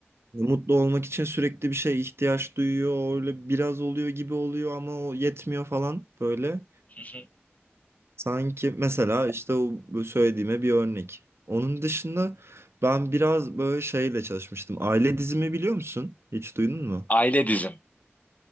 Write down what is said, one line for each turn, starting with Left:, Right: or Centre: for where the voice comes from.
Right: Mutlu olmak için sürekli bir şeye ihtiyaç duyuyor. Öyle biraz oluyor gibi oluyor ama o yetmiyor falan böyle.
Left: Hı hı.
Right: Sanki mesela işte o bu söylediğime bir örnek. Onun dışında ben biraz böyle şeyle çalışmıştım. Aile dizimi biliyor musun? Hiç duydun mu?
Left: Aile dizim.